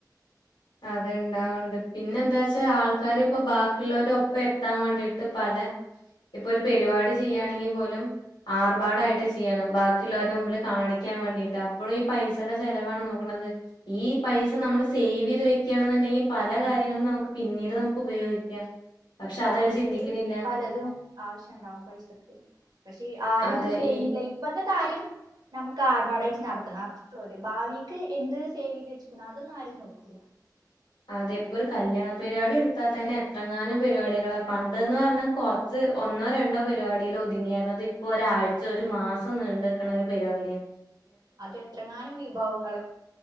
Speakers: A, on the left; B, on the right.
A: അതെ ഇണ്ടാവ്ണ്ട് പിന്നെ എന്താച്ചാ ആൾക്കാര് ഇപ്പൊ ബാക്കിള്ളോരൊപ്പം എത്താം വേണ്ടീട്ട് പല ഇപ്പൊര് പെരുപാടി ചെയ്യാണെങ്കി പോലും ആർഭാടായിട്ട് ചിയ്യണം ബാക്കിയുള്ളവരുടെ മുമ്പില് കാണിക്കാൻ വേണ്ടിട്ട് അപ്പോഴും ഈ പൈസയുടെ ചെലവാണ് നോക്കണത് ഈ പൈസ നമ്മള് സേവീ ത് വെക്കാണ്ന്ന്ണ്ടെങ്കി പല കാര്യങ്ങളും നമുക്ക് പിന്നീട് നമുക്ക് ഉപയോഗിക്കാം പക്ഷെ
B: ഭാവിക്ക്
A: അതവര് ചിന്തിക്കണില്ല
B: പലതും ആവശ്യണ്ടാവും പൈസക്ക് പക്ഷേ ആരുത്
A: അതെ
B: സേവ്നില്ല
A: ഈ
B: ഇപ്പത്തെ കാര്യം നമുക്ക് ആർബാഡായിട്ട് നടത്തണം അതൊള്ളൂ അറിയ ഭാവീക്ക് എന്ത് സേവീത് വെച്ച്ക്കുണോ അതൊന്നും ആരും നോക്കൂല്ല
A: അതെ ഇപ്പൊരു കല്യാണ പരിപാടി എടുത്ത തന്നെ എത്രങ്ങാനും പരിപാടികളാ പണ്ട്ന്ന് പറഞ്ഞാ കൊറ ഇത് ഒന്നോ രണ്ടോ പരിപാടിയിലൊ തുങ്ങിയിരുന്നത് ഇപ്പൊ ഒരാഴ്ച ഒരു മാസം നീണ്ടക്ക്ണ ഒരു പരിപാടിയ
B: അത് എത്രങ്ങാനും വിഭവങ്ങള്